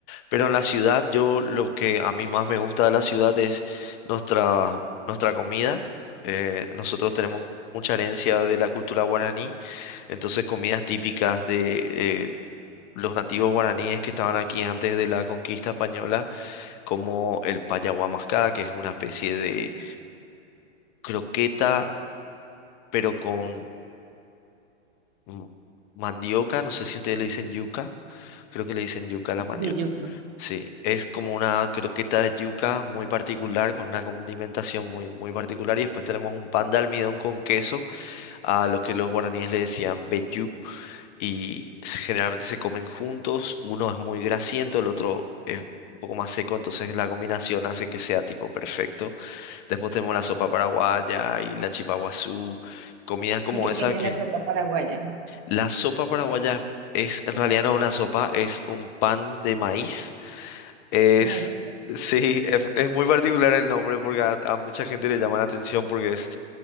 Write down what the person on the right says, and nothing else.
de Yucatán.
¿Y qué
tiene
la sopa paraguaya?
Ok.